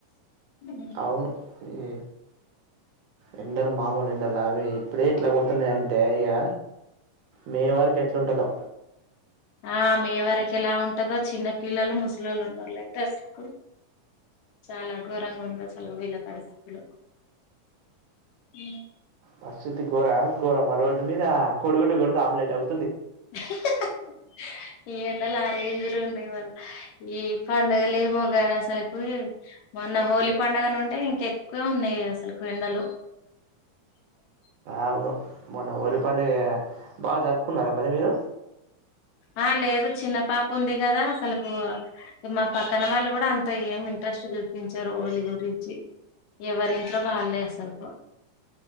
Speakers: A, on the left; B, on the right.
A: హ్మ్
B: అవును. ఈ ఎండలు మామూలు ఎండల్ కాద్ దు ఇప్పుడే ఇట్లా కొడుతున్నాయి అంటే ఇగ మే వరికి ఎట్లుంటదో
A: ఆ మే వరకు ఎలా ఉంటదో చిన్న పిల్లలు ముసలోళ్ళు ఉన్నో ళ్ళు అయితే అసలికు చాలా ఘోరంగ ఉంది అసలు వీళ్ళ పరిస్థితులొ ఉమ్
B: పరిస్థితి గోరమ గోరమా రోడ్డు మీద కోడి గుడ్డు కొడితే ఆమ్లేట్ అవు
A: ఎహెహహ్హ ఈ ఎండలు ఆ రేంజ్ లు ఉన్నాయ్ మల్ల ఈ పండగల్లెమో ఘనఅస్సలక్ ఒరేయ్ మొన్న హోలీ పండగనుండే ఇంకా ఎక్కువ ఉన్నాయి అసలుకు ఎండలు బ్లాంక్
B: అవును మొన్న హోలి పండుగ బాగా జరుపుకున్నారా మరి మీరు
A: ఆ లేదు చిన్న పాప ఉంది కదా అసలుకు మా పక్కన వాళ్ళు కూడా అంత ఏమి ఇంట్రెస్ట్ చూపించరు హోలి గురించి ఎవరింట్లో వాళ్ళే అసలకు